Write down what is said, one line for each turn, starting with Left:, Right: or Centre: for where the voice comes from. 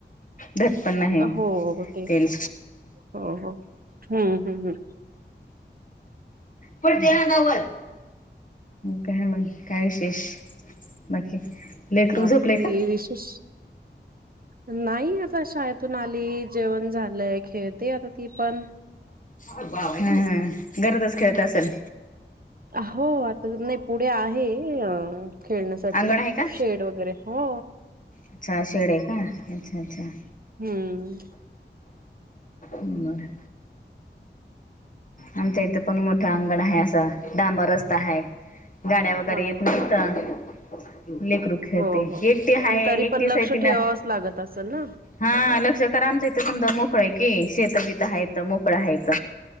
Left: दटपन आहे
Right: हो ते
Left: तेल
Right: हो हो हम्म हम्म
Left: पडते अंगावर का मग काय विशेष बाकी लेकरू
Right: बाकी
Left: झोपले का?
Right: विशेष नाही आता शाळेतून आली जेवण झालंय खेळते आता ती पण
Left: हम् हम् घरातच खेळत असेल
Right: हो आता नाही पुढे आहे अ खेळण्यासाठी
Left: अंगण आहे का?
Right: शेड वगैरे हो
Left: अच्छा शेळ्या का अच्छा अच्छा
Right: हम्म
Left: बर आमच्या इथे पण मोठं अंगण आहे असं डांबर रस्ता हाय गाड्या वगैरे
Right: हा
Left: येत
Right: हा
Left: नाहीत
Right: हा
Left: लेकरु खेळतेय
Right: हो हो
Left: एकटे हाय
Right: पण तरी
Left: एकटीच
Right: पण लक्ष
Left: आहे तिनं
Right: ठेवावंच लागत असल ना
Left: हा लक्ष क आमच इथे समद मोकळा आहे की शेत बित हायत मोकळ हायत